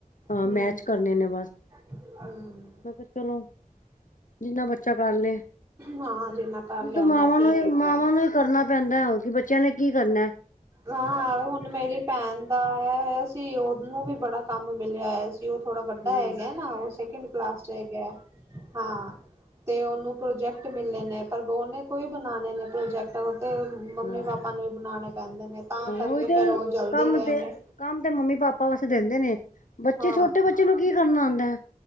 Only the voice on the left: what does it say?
ਹਾਂ,
ਮੈਚ ਕਰਨੇਂ ਨੇਂ ਬਸ।
ਮੈਂ ਕੇਆ, ਚਲੋਂ ਜਿੰਨਾਂ ਬੱਚਾ ਕਰ ਲੇਂ।
ਓਤੇ
ਮਾਵਾਂ
ਨੇ,
ਮਾਵਾਂ ਨੇ ਕਰਨਾਂ ਪੈਂਦਾ ਹੋਰ ਕੀ ਬੱਚਿਆਂ ਨੇ ਕੀ ਕਰਨਾਂ ਐਂ।
ਹੂੰ
ਹਾਂ
ਹਾਂ
ਉਹੀ ਤੇ
ਕੰਮ
ਤੇ
ਕੰਮ ਤੇ ਮੰਮ- ਪਾਪਾਂ ਵਾਸਤੇ ਦੇਦੇਂ ਨੇਂ, ਬੱਚੇ
ਛੋਟੇ ਬੱਚੇ ਨੂੰ ਕੀ ਕਰਨਾਂ ਆਂਦਾ ਐਂ।